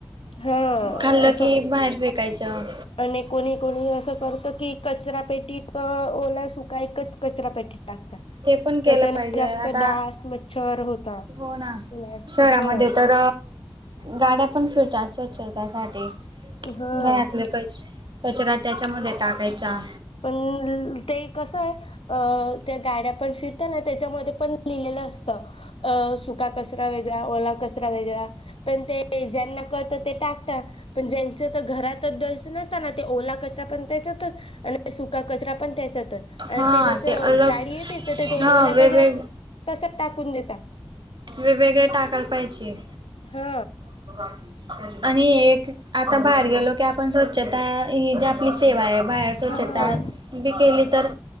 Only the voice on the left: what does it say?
हा
असं
आणि कोणी कोणी असं करत की कचरा पेटीत अ ओला सुका एकच कचरा पेटीत. टाकतात.
त्याच्याने
जास्त
डास मच्छर होता.
लह
स होय
हा
पण ते कसं आहे? अ त्या गाड्या पण फिरता ना त्याच्यामध्ये पण लिहिलेलं असतं. अ सुका कचरा वेगळा ओला कचरा वेगळा. पण ते ते ज्यांना कळतं ते टाकता. पण ज्यांच आता घरातच डस् बिन अस तना ते ओला कचरा पण त्याच्यातच. आणि सुका कचरा पण त्याच्यातच. आणि
ते जस
गाडी येते तर ते. ते
ओला
क ज तस टाकून देतात.
हा.
हा